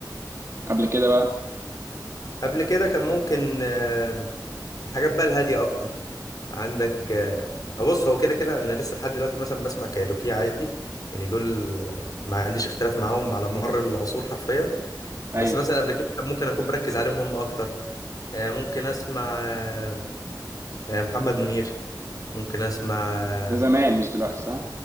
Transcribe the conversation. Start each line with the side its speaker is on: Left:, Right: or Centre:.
Right: قبل كده بقى
Left: قبل كده كان ممكن آم، الحاجات بقى الهاديه اكتر عندك آه، بص هو كده كده انا لسه لحد دلوقتي مثلا بسمع كايروكي عادي يعني دول آه، ما عنديش اختلاف معاهم على مر العصور حرفيا بس
Right: ايوه
Left: مثلا قبل كده كان ممكن اكون مركز عليهم هم اكتر آه، ممكن اسمع آه، آه، محمد منير ممكن اسمع
Right: وزمان مش دلوقتي صح